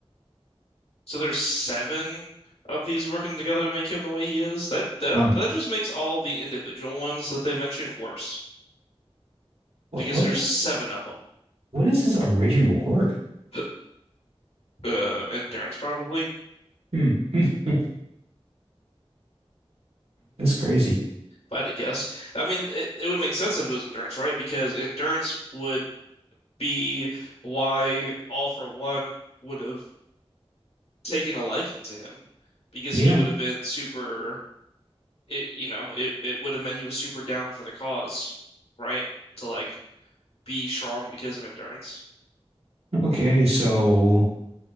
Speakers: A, on the left; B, on the right.
A: So there's seven of these working together to make him the way he is. That that
B: Hmm.
A: that just makes all the individual ones that they mentioned worse
B: What
A: because
B: what
A: there's
B: is
A: seven of them.
B: what is his original quirk?
A: <laughs> Uh, endurance probably, if
B: Hmm. <laughs> That's crazy.
A: I had to guess. I mean, it, it would make sense if it was endurance, right? Because endurance would be why All for One would have taken a liking to him because
B: Yeah.
A: he would have been super. It, you know, it, it would have meant he was super down for the cause, right? To like be strong because of endurance.
B: Okay. So